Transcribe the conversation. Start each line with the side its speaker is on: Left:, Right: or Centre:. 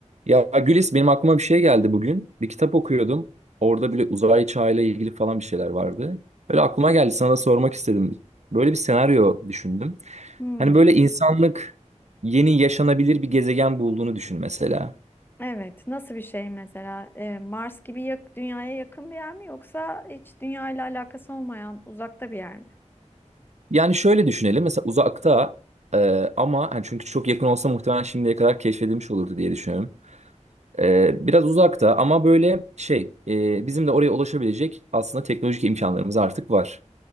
Right: Ya Gülis benim aklıma bir şey geldi bugün. Bir kitap okuyordum. Orada bile uzay çağıyla ilgili falan bir şeyler vardı. Böyle aklıma geldi sana da sormak istedim. Böyle bir senaryo düşündüm.
Left: Hmm,
Right: Hani böyle insanlık yeni yaşanabilir bir gezegen bulduğunu düşün mesela.
Left: evet. Nasıl bir şey mesela? Ee, Mars gibi yak- dünyaya yakın bir yer mi yoksa hiç dünya ile alakası olmayan uzakta bir yer mi?
Right: Yani şöyle düşünelim mesela uzakta e, ama hani çünkü çok yakın olsa muhtemelen şimdiye kadar keşfedilmiş olurdu diye düşünüyorum. E, biraz uzakta ama böyle şey e, bizim de oraya ulaşabilecek aslında teknolojik imkanlarımız artık var.